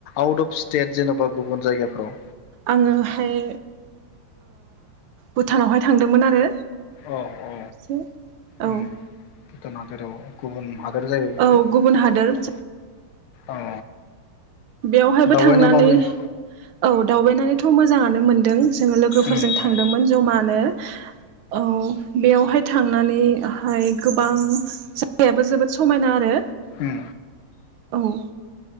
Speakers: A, on the left; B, on the right.
A: आउद अफ स्टेट जेन'बा गुबुन जायगाफोराव
B: आंङोहाय भुटानावहाय थांदोंमोन आरो।
A: औ औ
B: से औ
A: उम भुटान हादोराव गुबुन हादोर जायो बियो
B: औ गुबुन हादोर
A: औ औ
B: बेवहायबो
A: दावबायना
B: थांनानै
A: माबायदि
B: औ दावबायनानैथ' मोजां नो मोन्दों । जोंङो लोगोफोरजों
A: उम उम
B: थांदोंमोन जमानो औ बेयावहाय थांनानैहाय गोबां जायाबो जोबोद समायना आरो।
A: उम
B: औ